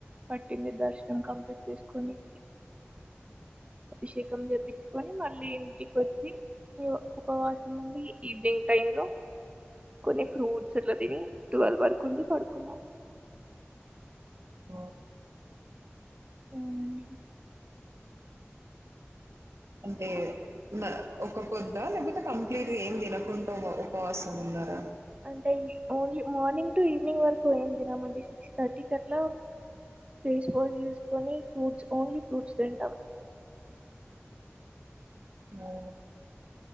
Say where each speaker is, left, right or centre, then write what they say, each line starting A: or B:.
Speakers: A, on the right; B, on the right.
A: పట్టింది దర్శనం కంప్లీట్ చేసుకోనీకి అభిషేకం చేపిచ్చుకోని మళ్ళీ ఇంటికి వచ్చి పు ఉపవాసం ఉండి ఈవినింగ్ టైం లో కొన్ని ఫ్రూట్స్ అట్లా తిని టువల్ వరకు ఉండి పడుకున్నాం
B: ఓ
A: ఓనండి
B: అంటే ఒక ఒకపొద్ద లేకపోతే కంప్లీట్ గా ఏం తినకుండా ఉపవాసం ఉన్నారా
A: అంటే ఓన్లీ మార్నింగ్ టు ఈవనింగ్ వరక్ పో ఏం తినమంటే సిక్స్ థర్టీకి అట్లా ఫేస్ వాష్ చేసుకొని ఫ్రూట్స్ ఓన్లీ ఫ్రూట్స్ తింటాం
B: నో